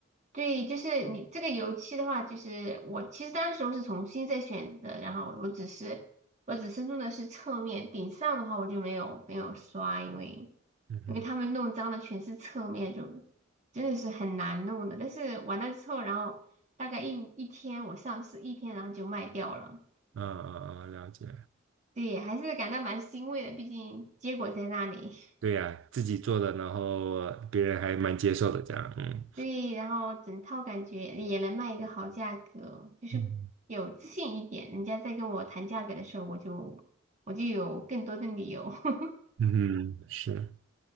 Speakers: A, on the right (about 35°); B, on the right (about 65°).
A: 对，就是你这个油漆的话，就是我其实当时候是重新再选的，然后我只是我只是弄的是侧面，顶上的话我就没有没有刷，因为
B: 嗯哼，
A: 因为他们弄脏的全是侧面，就真的是很难弄的。但是完了之后，然后大概一一天，我上市一天，然后就卖掉了。
B: 嗯嗯嗯，了解。
A: 对，还是感到蛮欣慰的，毕竟结果在那里。<laughs>
B: 对呀，自己做的，然后别人还蛮接受的，这样，嗯。
A: 对，然后整套感觉也能卖一个好价格，就是有自信一点。
B: 嗯
A: 人家在跟我谈价格的时候，我就我就有更多的理由。<laughs>
B: 嗯，是，